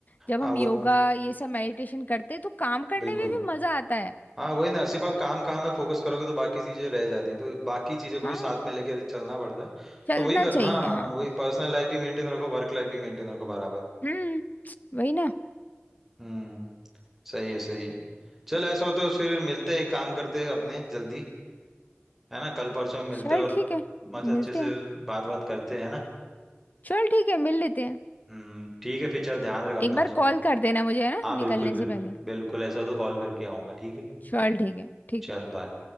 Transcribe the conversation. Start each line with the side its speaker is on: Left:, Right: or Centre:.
Left: जब
Centre: हाँ
Left: हम
Centre: वो
Left: योगा ये सब मेडिटेशन करते हैं तो काम करने
Centre: बिल्कुल
Left: में भी मजा आता है
Centre: हाँ वही ना सिर्फ आप काम काम में फोकस करोगे तो बाकी चीजें रह जाती है तो बाकी चीजों को
Left: हाँ
Centre: भी साथ में लेकर चलना पड़ता है
Left: चलना
Centre: तो वही कर,
Left: चाहिए
Centre: हाँ
Left: हाँ
Centre: वही पर्सनल लाइफ भी मेंटेन रखो वर्क लाइफ भी मेंटेन रखो बराबर
Left: हम्म वही ना
Centre: हम्म सही है सही है चल ऐसा हो तो फिर मिलते हैं एक काम करते हैं अपने जल्दी है ना कल परसों में मिलते
Left: चल
Centre: हैं और
Left: ठीक है
Centre: मस्त
Left: मिलते
Centre: अच्छे से
Left: हैं
Centre: बात बात करते हैं ना
Left: चल ठीक है मिल लेते हैं
Centre: हम्म ठीक है फिर चल ध्यान रख अपना
Left: एक बार
Centre: ऐसा हो
Left: कॉल
Centre: तो
Left: कर देना मुझे है ना
Centre: हाँ
Left: निकलने
Centre: बिल्कुल बिल्कुल
Left: से पहले
Centre: बिल्कुल ऐसा हो तो कॉल करके आऊंगा ठीक है
Left: चल ठीक है ठीक
Centre: चल
Left: है
Centre: बाय